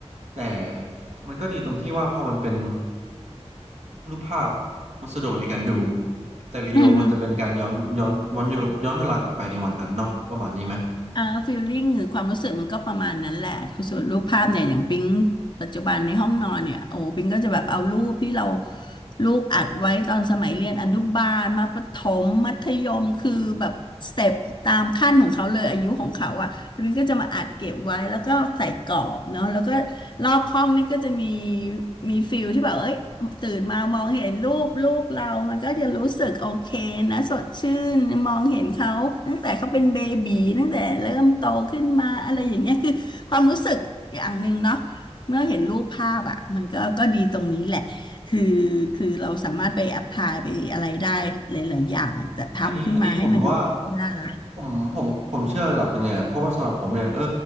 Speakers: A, on the right; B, on the left.
A: แต่มันก็ดีตรงที่ว่าพอมันเป็น รูปภาพมันสะดวกในการดูแต่วิดีโอมันจะเป็นการย้อนย้อนย้อนย้อนเวลากลับไปในวันนั้นเนาะประมาณนี้ไหม
B: อืม อ่าฟีลลิ่งหรือความรู้สึกมันก็ประมาณนั้นแหละส่วนรูปภาพเนี่ยอย่างปิ๊งปัจจุบันในห้องนอนเนี่ยโอ้ปิ๊งก็จะแบบเอารูปที่เราลูกอัดไว้ตอนสมัยเรียนอนุบาลมาประถมมัธยมคือแบบสเต็ปตามขั้นของเขาเลยอายุของเขาอ่ะแล้วปิ๊งก็จะมาอัดเก็บไว้แล้วก็ใส่กรอบเนาะแล้วก็รอบห้องนี่ก็จะมี มีฟิลที่แบบเอ้ยตื่นมามองเห็นรูปลูกเรา มันก็จะรู้สึกโอเคนะสดชื่นมองเห็นเขาตั้งแต่เขาเป็นเบบีตั้งแต่เริ่มโตขึ้นมาอะไรอย่างเงี้ยคือความรู้สึกอย่างหนึ่งเนาะเมื่อเห็นรูปภาพอ่ะมันก็ก็ดีตรงนี้แหละคือคือเราสามารถไปแอพพลายไปอะไรได้หลายๆอย่างแต่ทำขึ้นมาให้มันดู
A: อันนี้อันนี้ผมว่า
B: น่ารัก
A: ผมผมผมเชื่อระดับหนึ่งเลยนะเพราะว่าสำหรับผมเนี่ยเออ